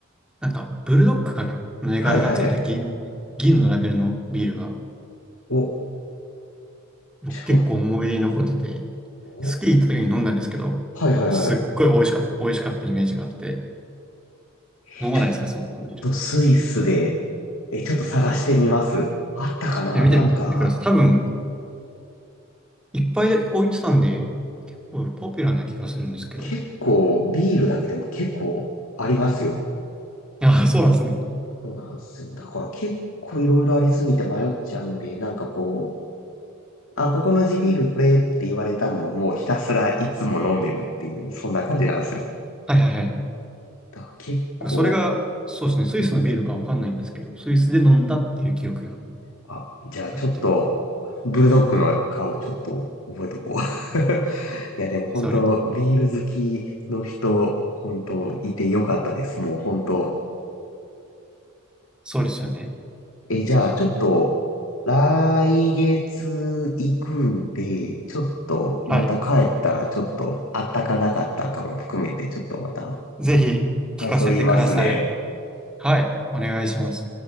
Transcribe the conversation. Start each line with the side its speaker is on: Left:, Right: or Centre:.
Centre: なんか、ブルドックかなの絵柄がついた銀、
Left: はいはいはい。
Centre: 銀のラベルのビールが、
Left: お、
Centre: 僕結構思い出に残ってて、
Left: ちょっとお、
Centre: スキー行った時に飲んだんですけど、
Left: はいはいはい。
Centre: すっごい美味しかった、美味しかったイメージがあって、
Left: え、
Centre: 飲まないですか、
Left: ちょっ
Centre: そのビール。
Left: とスイスで、
Centre: い
Left: え、ちょっと探してみます。あったかななんか、
Centre: や、見てみてください。多分、いっぱい置いてたんで、結構ポピュラーな気がするんですけど。
Left: 結構ビールだけでも結構ありますよ。
Centre: ああ、そうなんですね。
Left: そうなんですよ。だから結構いろいろありすぎて迷っちゃうんで、なんかこう、あ、ここの地ビールこれって言われたのをもうひたすらいつも飲んでるっていう、そんな感じなんですよ。
Centre: はいはいはい。
Left: だから結構
Centre: なんかそれが、そうですね、スイスのビールかわかんないんですけど、スイスで飲んだっていう記憶が
Left: あ、じゃあちょっと、
Centre: あって、
Left: ブルドッグの顔ちょっと覚えとこう。<laughs> いや、でも本当、
Centre: それ、
Left: ビール好きの人、本当、いてよかったです。もう本当。
Centre: そうですよね。
Left: え、じゃあちょっと、来月行くんで、ちょっと、また帰ったら、
Centre: はい。
Left: ちょっと、あったかなかったかも含めて、ちょっとまた、
Centre: ぜひ聞かせてください。
Left: 感想言いますね。
Centre: はい、お願いします。